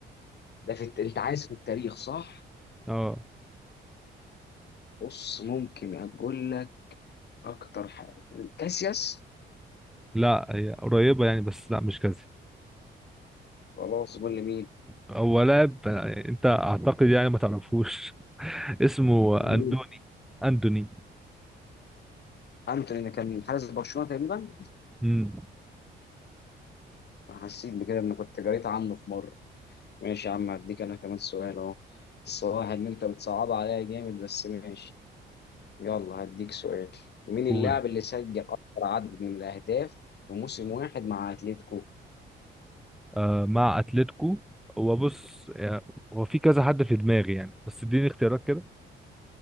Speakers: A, on the left (about 55°); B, in the centre.
A: ده في الت... أنت عايز في التاريخ صح؟
B: اه
A: بص ممكن أقول لك أكتر حاجة كاسياس
B: لا هي قريبة يعني بس لا مش كذا
A: خلاص قول لي مين؟
B: هو لاعب آه، انت اعتقد يعني ما تعرفوش <laughs> اسمه اندوني
A: مين؟
B: اندوني
A: أنتوني اللي كان حارس برشلونة تقريبا
B: امم
A: أنا حسيت بكده إن كنت قريت عنه في مرة ماشي يا عم هديك أنا كمان سؤال أهو بس هو واحد إن أنت بتصعب عليا جامد بس ماشي يلا هديك سؤال مين اللاعب
B: قول
A: اللي سجل أكثر عدد من الأهداف في موسم واحد مع أتلتيكو؟
B: آه مع اتلتيكو هو بص يعني هو في كذا حد في دماغي يعني بس اديني اختيارات كده